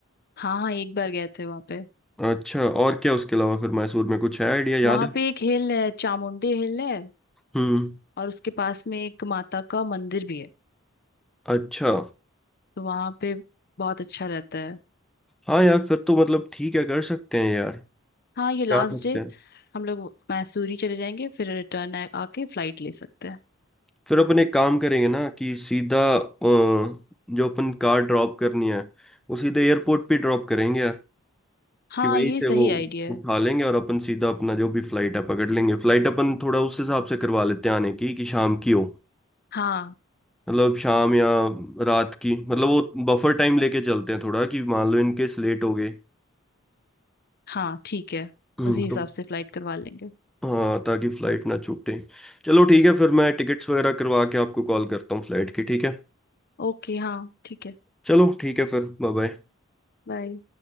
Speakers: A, on the left (about 50°); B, in the centre.
A: हाँ हाँ एक बार गए थे वहाँ पे
B: अच्छा और क्या उसके अलावा फिर मैसूर में कुछ है आइडिया याद
A: वहाँ
B: है
A: पे एक हिल है चामुंडी हिल है
B: हम्म
A: और उसके पास में एक माता का मंदिर भी है
B: अच्छा
A: तो वहाँ पे बहुत अच्छा रहता है
B: हाँ यार फिर तो मतलब ठीक है कर सकते हैं यार
A: हाँ ये लास्ट
B: जा सकते
A: डे
B: हैं
A: हम लोग मैसूरी चले जाएंगे फिर रिटर्न आके फ्लाइट ले सकते हैं
B: फिर अपन एक काम करेंगे ना कि सीधा अ, जो अपन कार ड्रॉप करनी है वो सीधे एयरपोर्ट पे ड्रॉप करेंगे यार
A: हाँ
B: कि वहीं
A: ये
B: से
A: सही
B: वो
A: आइडिया
B: उठा
A: है
B: लेंगे और अपन सीधा अपना जो भी फ्लाइट है पकड़ लेंगे फ्लाइट अपन थोड़ा उस हिसाब से करवा लेते हैं आने की कि शाम की हो
A: हाँ
B: मतलब शाम या रात की मतलब वो बफर टाइम लेके चलते हैं थोड़ा कि मान लो इनकेस लेट हो गए
A: हाँ ठीक है
B: हम्म,
A: उसी हिसाब
B: तो
A: से फ्लाइट करवा लेंगे
B: हाँ ताकि फ्लाइट ना छूटे चलो ठीक है फिर मैं टिकट्स वगैरह करवा के आपको कॉल करता हूँ फ्लाइट की ठीक है
A: ओके हाँ ठीक है
B: चलो ठीक है फिर बाय बाय
A: बाय